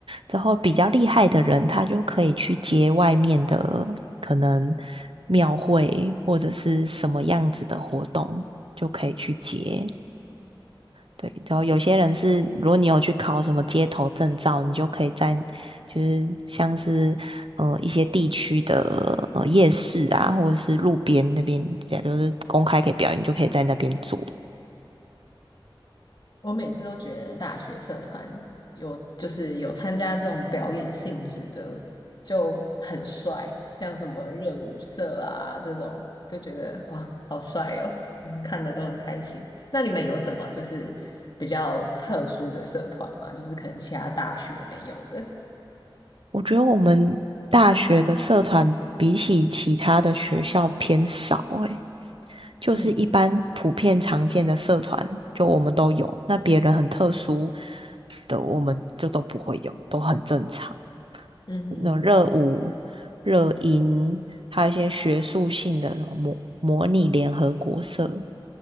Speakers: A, on the right; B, on the left.
A: 然后比较厉害的人，他就可以去接外面的可能庙会或者是什么样子的活动，就可以去接。对，然后有些人是，如果你有去考什么街头证照，你就可以在就是像是呃一些地区的呃夜市啊，或者是路边那边，也就是公开可以表演，你就可以在那边做。
B: 我每次都觉得大学社团有就是有参加这种表演性质的就很帅，像什么热舞社啊这种，就觉得哇好帅哦，嗯看的都很开心。那你们有什么就是比较特殊的社团吗？就是可能其他大学没有的？
A: 我觉得我们大学的社团比起其他的学校偏少诶，就是一般普遍常见的社团，
B: 嗯
A: 就我们都有，那别人很特殊的我们就都不会有，都很正常。
B: 嗯哼。
A: 那种热舞、热音，还有一些学术性的那种模模拟联合国社，